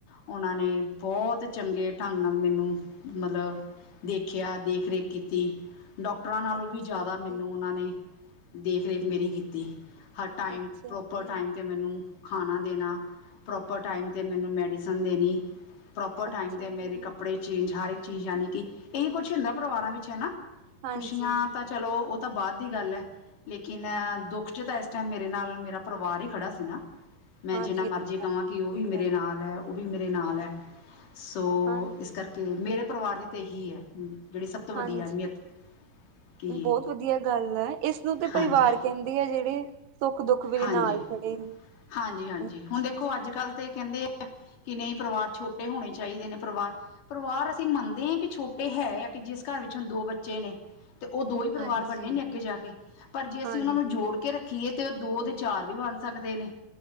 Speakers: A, on the left; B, on the right.
A: ਉਹਨਾਂ ਨੇ ਬਹੁਤ ਚੰਗੇ ਢੰਗ ਨਾਲ ਮੈਨੂੰ ਮਤਲਬ ਦੇਖਿਆ, ਦੇਖ ਰੇਖ ਕੀਤੀ। ਨੌਕਰਾ, ਨਾਲੋਂ
B: ਅੱਛਾ
A: ਵੀ ਜ਼ਿਆਦਾ, ਮੈਨੂੰ
B: ਜੀ
A: ਉਹਨਾਂ ਨੇ ਦੇਖ ਰੇਖ ਮੇਰੀ ਕੀਤੀ। ਹਰ ਟਾਈਮ,
B: ਅੱਛਾ
A: ਪ੍ਰੋਪਰ
B: ਜੀ
A: ਟਾਈਮ 'ਤੇ ਮੈਨੂੰ ਖਾਣਾ ਦੇਣਾ, ਪ੍ਰੋਪਰ ਟਾਈਮ 'ਤੇ ਮੈਨੂੰ ਮੈਡੀਸਨ, ਦੇਣੀ ਪ੍ਰੋਪਰ
B: ਅੱਛਾ
A: ਟਾਈਮ, ਦੇ ਮੇਰੇ
B: ਜੀ
A: ਕੱਪੜੇ, ਚੇਂਜ ਹਰ ਇੱਕ ਚੀਜ਼ ਆਣੀ, ਕਿ ਏ ਕੁਝ ਅਲੱਗ ਪਰਿਵਾਰਾਂ, ਵਿੱਚ ਹੈ ਨਾ।
B: ਹਾਂਜੀ
A: ਖ਼ੁਸ਼ੀਆਂ, ਤਾਂ ਚਲੋ ਉਹ ਤਾਂ ਬਾਅਦ ਦੀ ਗੱਲ ਹੈ। ਲੇਕਿਨ ਦੁੱਖ ਚ ਤਾਂ, ਇਸ ਟਾਈਮ, ਮੇਰੇ ਨਾਲ ਮੇਰਾ ਪਰਿਵਾਰ ਹੀ ਖੜਾ ਸੀ ਨਾ। ਮੈਂ,
B: ਹਾਂਜੀ
A: ਜਿੰਨਾ
B: ਇਹ ਤਾਂ
A: ਮਰਜ਼ੀ
B: ਬਹੁਤ
A: ਕਹਾਂ,
B: ਵਧੀਆ
A: ਕਿ ਉਹ ਵੀ 'ਮੇਰੇ
B: ਗੱਲ
A: ਨਾਲ ਹੈ ਉਹ ਵੀ 'ਮੇਰੇ ਨਾਲ ਹੈ। ਸੋ
B: ਹਾਂਜੀ
A: ਇਸ ਕਰਕੇ ਮੇਰੇ ਪਰਿਵਾਰ ਦੀ, ਤਾਂ ਇਹੀ ਹੈ? ਜਿਹੜੀ ਸਭ ਤੋਂ ਵੱਡੀ
B: ਹਾਂਜੀ
A: ਅਹਿਮੀਅਤ, ਕਿ
B: ਬਹੁਤ ਵਧੀਆ ਗੱਲ ਹੈ ਇਸਨੂੰ ਤੇ ਪਰਿਵਾਰ
A: ਹਾਂਜੀ।
B: ਕਹਿੰਦੇ ਆ ਜਿਹੜੇ ਸੁੱਖ ਦੁੱਖ ਵੇਲੇ
A: ਹਾਂਜੀ,
B: ਨਾਲ ਖੜੇ
A: ਹਾਜੀ--ਹਾਂਜੀ
B: ਅੱਛਾ
A: ਹੁਣ ਦੇਖੋ
B: ਜੀ
A: ਅੱਜ ਕੱਲ੍ਹ ਤੇ ਕਹਿੰਦੇ ਆ ਕਿ ਨਹੀਂ ਪਰਿਵਾਰ ਛੋਟੇ ਹੋਣੇ ਚਾਹੀਦੇ ਨੇ, ਪਰਿਵਾਰ ਪਰਿਵਾਰ ਅਸੀਂ ਮੰਨਦੇ ਅਂ ਕਿ ਛੋਟੇ ਹੈ ਕਿ, ਜਿਸ ਘਰ ਵਿੱਚ, ਹੁਣ ਦੋ ਬੱਚੇ ਨੇ ਤੇ ਉਹ ਦੋ ਹੀ ਪਰਿਵਾਰ
B: ਹਾਂਜੀ
A: ਬੰਨਣੇ ਨੇ, ਅੱਗੇ ਜਾ ਕੇ ਪਰ ਜੇ ਅਸੀਂ,
B: ਹਾਂਜੀ
A: ਉਹਨਾਂ ਨੂੰ ਜੋੜ ਕੇ ਰੱਖੀਏ ਤੇ ਉਹ ਦੋ ਦੇ ਚਾਰ ਵੀ ਬਣ ਸਕਦੇ ਨੇ।